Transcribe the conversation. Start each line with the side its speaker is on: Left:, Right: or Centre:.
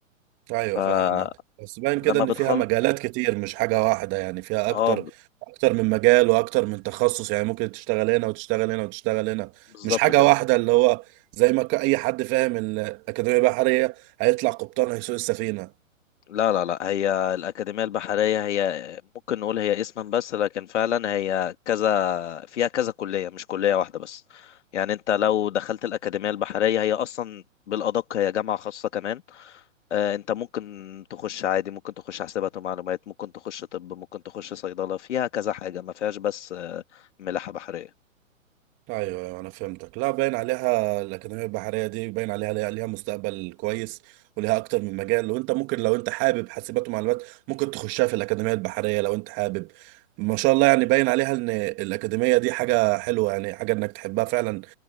Right: ايوه
Left: فلما
Right: فاهمك بس باين كده ان
Left: بتخلص
Right: فيها مجالات كتير مش حاجه واحده يعني فيها
Left: آه
Right: اكتر
Left: ب-
Right: اكتر من مجال واكتر من تخصص يعني ممكن تشتغل هنا وتشتغل هنا وتشتغل هنا
Left: بالظبط
Right: مش حاجه
Left: كده
Right: واحده اللي هو زي ما ك- اي حد فاهم الاكاديميه البحريه هيطلع قبطان هيسوق السفينه
Left: لا لا لا هي الأكاديمية البحرية هي ممكن نقول هي اسما بس لكن فعلا هي كذا فيها كذا كلية مش كلية واحدة بس يعني أنت لو دخلت الأكاديمية البحرية هي أصلا بالأدق هي جامعة خاصة كمان آه، انت ممكن تخش عادي ممكن تخش حسابات ومعلومات ممكن تخش طب ممكن تخش صيدلة فيها كذا حاجة ما فيهاش بس آه، ملاحة بحرية
Right: ايوه ايوه انا فهمتك لا باين عليها الاكاديميه البحريه دي باين عليها ليها ليها مستقبل كويس وليها اكتر من مجال وانت ممكن لو انت حابب حاسبات ومعلومات ممكن تخشها في الاكاديميه البحريه لو انت حابب ما شاء الله يعني باين عليها ان الاكاديميه دي حاجه حلوه يعني حاجه انك تحبها فعلا